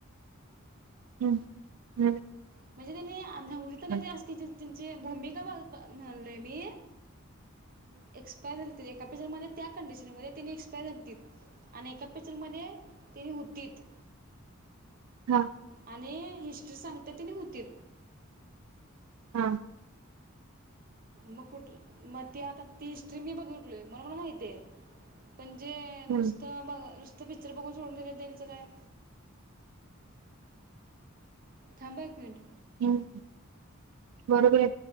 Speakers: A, on the right; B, on the right.
A: <inaudible>
B: म्हणजे त्यांनी आणि नवरी तेंन
A: हा
B: ते असतेतच की त्यांचे भूमिका -बघ म्हणलोय मी एक्सपायर झाल ते एक हॉस्पिटल मधे त्या कंडिशन मधे तेनी एक्सपायर झालतीत. आणि एका पिक्चरमध्ये तेनी हू तित
A: हा
B: आणि हिस्ट्री सांगत्यात तेनी हूतीत
A: हा
B: मग कुठल मग ते आता ती हिस्ट्री मी बागीतलोय म्हणून मला माहित आहे पणजे
A: हं,
B: नुसतं बघ नुसत तो पिक्चर बघून सोडून दिले त्यांच काय? थांबा एक मिनिट!
A: हम्म बरोबर हाय